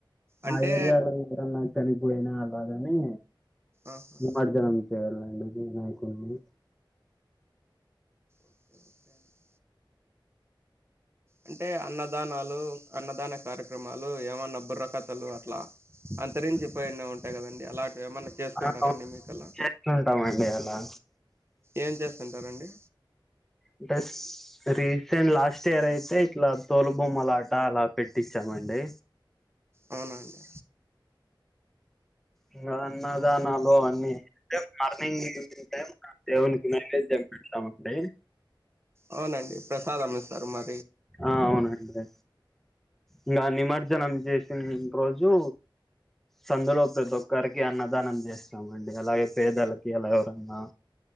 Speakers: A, on the right (about 30°); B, in the centre.
A: అంటే
B: ఆ ఏరియాలో ఎవరన్నా చనిపోయినా పధ ని
A: ఆహా!
B: నువు మధ్యాహ్నం చేయాలా లాగినయి కోన్ని
A: ఓకే ఓకే అండి అంటే అన్నదానాలు అన్నదాన కార్యక్రమాలు ఏమన్నా బుర్రకథలు అట్లా అంతరించిపోయినవి ఉం టాయి కదండీ అలా ఏమన్నా చేసుకుంటారాండి
B: ఆ, అవును,
A: మీకలా
B: చేస్తుంటామండి అలా
A: ఏం చేస్తుంటారండి
B: ఇంకా రీసెంట్ లాస్ట్ ఇయర్ అయితే ఇట్లా తోలు బొమ్మలాట అలా పెట్టించామండి
A: అవున అండి
B: ఇంకా అన్నదానాలు అవన్నీ సేమ్ మార్నింగ్ ఈవినింగ్ టైం దేవునికి నైవేద్యం పెడుతమండి
A: అవునండి ప్రసాదం మిస్తారు మ
B: ఆ అవునండి ఇగ నిమజ్జనం చేసిన రోజు సందులో ప్రతి ఒక్కరికి అన్నదానం చేస్తామండి అలాగే పేదలకి ఎలా ఎవరన్నా